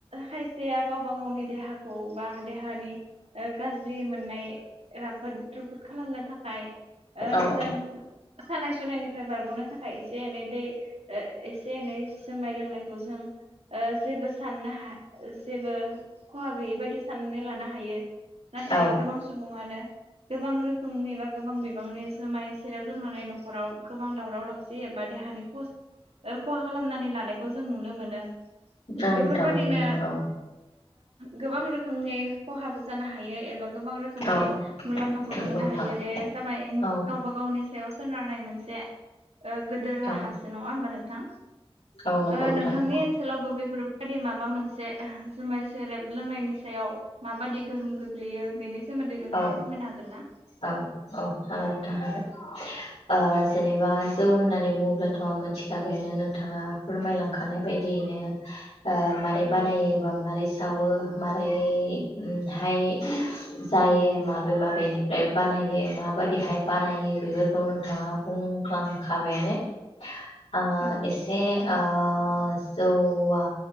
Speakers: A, on the right; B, on the left.
A: खायसेया गावबा- गावनि देहाखौ बा देहानि गाज्रि मोननाय राफोद रुफुद खालामनो थाखाय ओ
B: औ
A: जों सानाय- सुनायनिफ्राय बारग'नो <unintelligible> एसे- एनै दै <unintelligible> एसे -एनै जोमाय लोंनायखौ जों ओ जेबो साननो हाया। जेबो खहा गैयै बादि साननानै लानो हायो। नाथाय
B: औ
A: गोबां सुबुङानो गोबां रोखोमनि बा गोबां बिबांनि जोमाय सेरेब लोंनानै न'खराव गोबां दावराव -दावसि एबा देहानि खस्थ' खहा खालामनानै लानायखौ जों नुनो मोनो।
B: औ नोंथां
A: बेफोरबादिनो
B: नुनो मोनो औ
A: गोबां ओ रोखोम रोखोमनि खहाबो जानो हायो एबा गोबां रोखोमनि
B: औ
A: मुलाम्फाबो
B: नंगौ
A: मोननो
B: नोंथां
A: हायो बे जाबाय
B: औ
A: गावबा -गावनि सायाव सोनारनाय मोनसे ओ गोदिर राहासो
B: औ
A: नङा होमबा नोंथां?
B: औ नंगौ
A: ओ
B: नोंथां
A: नोंथांनि
B: नंगौ
A: ओनसोलावबो बेफोर माबादि माबा मोनसे जुमाय सेरेब लोंनायनि सायाव माबादि गोहोम गोग्लैयो। बेनि सोमोन्दै नोंथाङा
B: औ
A: फोरमायनो हागोन ना?
B: औ औ हागोन नोंथां हागोन। ओ जेनेबा जौ होननानै बुङोब्लाथ' मिथिखाबायानो नोंथाङा फोरमायलांखानाय बायदि बिदिनो ओ माबारै
A: औ
B: बानायो बा माबारै सावो मारैहाय जायो माबे माबेनिफ्राय बानायो माबायदिहाय बानायो बेफोरखौ नोंथाङा बुङो <unintelligible> आङो
A: औ
B: एसे ओ जौआ